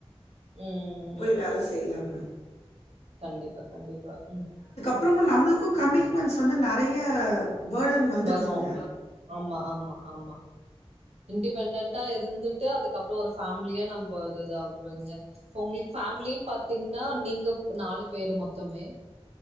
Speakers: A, on the right; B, on the left.
A: ம்
B: போய் வேல செய்லாங்க
A: கண்டிப்பா கண்டிப்பா ம்
B: அப்றமா நம்பளுக்கு கமிட்மெண்ட்ஸ் வந்து நெறையா பேர்டன் வந்துடுதுங்க
A: வரு ஆமா ஆமா ஆமா இண்டிபெண்டன்டா இருந்துட்டு அதுக்கப்ற ஒரு ஃபேமிலியா நம்ப இதுதாவுறங்க உங்களுக்கு பேமிலின் பாத்தீங்கனா நீங்க நாலு பேரு மொத் தமே